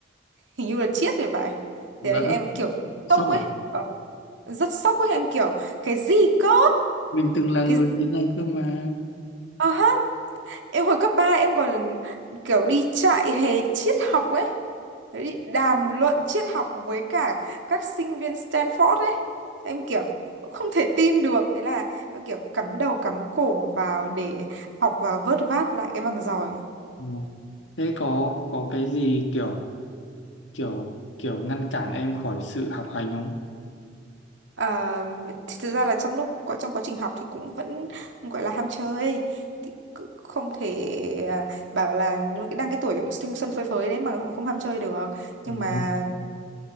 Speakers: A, on the right; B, on the left.
A: hình như là triết thì phải
B: đã
A: thì đấy,
B: rất
A: em kiểu
B: sốc
A: sốc
B: rồi.
A: ấy Ờ, rất sốc ấy em kiểu cái gì cơ
B: Mình từng là người
A: cái gì?
B: như này cơ mà.
A: Ờ ha em hồi cấp 3 em còn kiểu đi chạy hè triết học ấy thế thì đàm luận triết học với cả các sinh viên Stanford ấy em kiểu cũng không thể tin được thế là em kiểu cắm đầu cắm cổ vào để học và vớt vát lại cái bằng giỏi
B: Ờ. Thế có có cái gì kiểu kiểu kiểu ngăn cản em khỏi sự học hành không?
A: Ờ, thì thực ra là trong lúc quá- trong quá trình học thì cũng vẫn gọi là ham chơi thì cứ không thể à, bảo là đang cái tuổi thanh xuân phơi phới đấy mà cũng không ham chơi được
B: Nó
A: nhưng mà